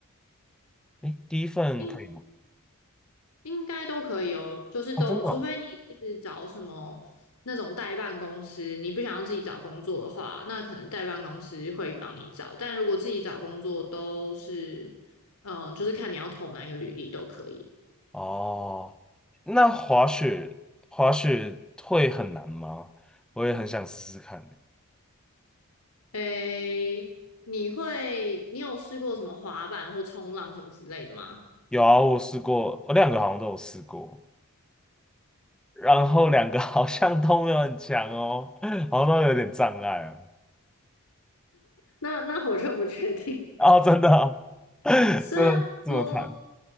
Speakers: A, in the centre; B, on the left (about 80°).
A: 哎，第一份可以吗？
B: 应应该都可以哦，就是都，
A: 啊，真的哦，
B: 除非你是找什么那种代办公司，你不想要自己找工作的话，那可能代办公司会帮你找。但如果自己找工作，都是，嗯、就是看你要投哪一个履历都可以。
A: 哦，那滑雪滑雪会很难吗？我也很想试试看。
B: 诶，你会，你有试过什么滑板或冲浪什么之类的吗？
A: 有啊，我试过，我两个好像都有试过，然后两个 <laughs> 好像都没有很强哦，好像都有点障碍哦。
B: 那那我就不确定，
A: 哦，真的啊，<laughs>
B: 虽然说，
A: 真的这么惨